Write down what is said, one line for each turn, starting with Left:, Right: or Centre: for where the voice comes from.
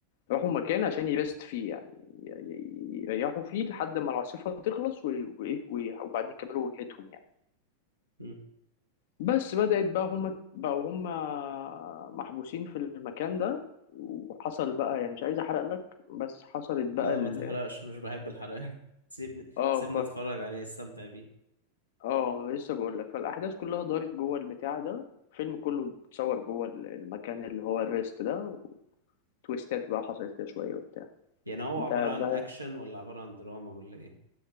Left: راحوا مكان عشان يرست فيه يعني ي- يريحوا فيه لحد ما العاصفة تخلص و- وايه و- وبعدين يكملوا وجهتهم يعني
Right: امم
Left: بس بدأت بقى هم بقوا هم محبوسين في المكان ده وحصل بقى يعني مش عايز احرق لك بس حصلت بقى
Right: لا
Left: ال...
Right: ما تحرقش مش بحب الحرقان <laughs> سيبني
Left: اه
Right: سيبني اتفرج عليه استمتع بيه
Left: اه ما أنا لسه بقول لك فالاحداث كلها دارت جوه البتاع ده الفيلم كله اتصور جوه ال- المكان اللي هو الريست ده وتويستات بقى حصلت كده شويه وبتاع
Right: يعني هو
Left: انت
Right: عبارة
Left: مش
Right: عن
Left: عارف
Right: اكشن ولا عبارة عن دراما ولا ايه